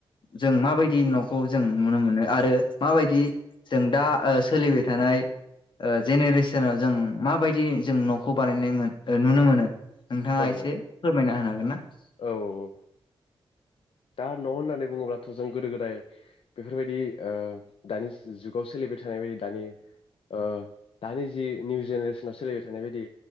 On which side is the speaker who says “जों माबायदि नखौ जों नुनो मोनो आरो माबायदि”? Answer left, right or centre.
Left